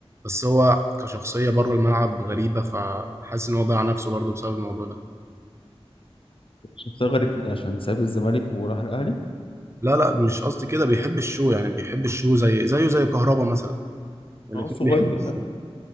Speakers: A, on the right; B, on the left.
A: بس هو كشخصية بره الملعب غريبة فحاسس إن هو ضيع نفسه برضه بسبب الموضوع ده
B: شخصية غريبة دي عشان ساب الزمالك وراح الاهلي
A: لا لا مش قصدي كده بيحب الشو يعني بيحب الشو زي زيه زي كهربا مثلا الاتنين
B: هو صغير
A: بيحبوا الشو
B: أه.